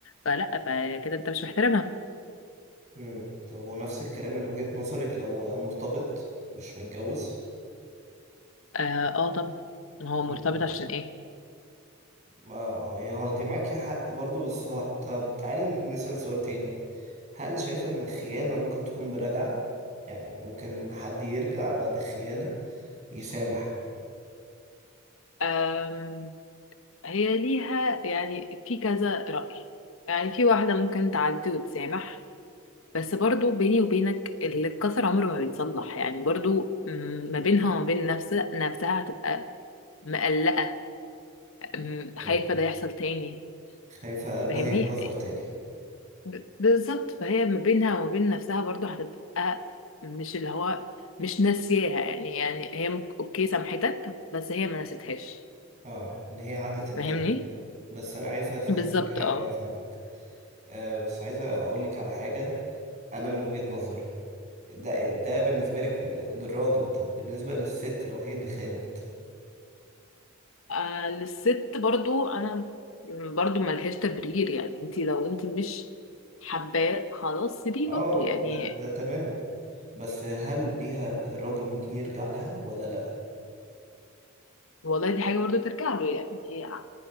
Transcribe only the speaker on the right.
مم. طب ونفس الكلام من وجهة نظرك لو مرتبط مش متجوز
مم.
ما آه، يعني هو انت معاكي حق برضو بس ه... طب تعالي نسأل سؤال تاني هل شايفة ان الخيانة ممكن تكون برجعة يعني ممكن ان حد يرجع بعد الخيانة يسامح
مم.
خايفة قلبها
يتكسر تاني
اه ان هي عدت الدنيا
بس انا عايزة افهمك
حاجة
اه فاهمك آه بس عايزة اقولك على حاجة انا من وجهة نظري ده ده بالنسبة لك آه، للراجل طب بالنسبة للست لو هي اللي خانت
اه
ده ده تمام بس هل ليها الراجل ممكن يرجع لها ولا لا